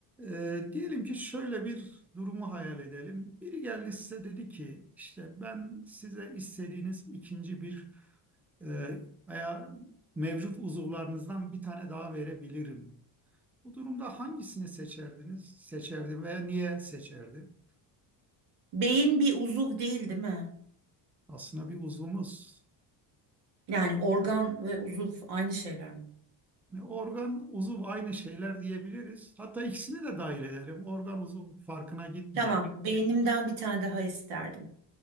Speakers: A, in the centre; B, on the right (about 85°).
A: Ee, diyelim ki şöyle bir durumu hayal edelim. Biri geldi size dedi ki işte ben size istediğiniz ikinci bir e, aya mevcut uzuvlarınızdan bir tane daha verebilirim. Bu durumda hangisini seçerdiniz? Seçerdim veya niye seçerdim?
B: Beyin bir uzuv değil, değil mi?
A: Aslında bir uzvumuz.
B: Yani organ ve uzuv aynı şeyler mi?
A: Yani organ, uzuv aynı şeyler diyebiliriz. Hatta ikisini de dahil edelim. Organ, uzuv farkına gitmeyelim.
B: Tamam, beynimden bir tane daha isterdim.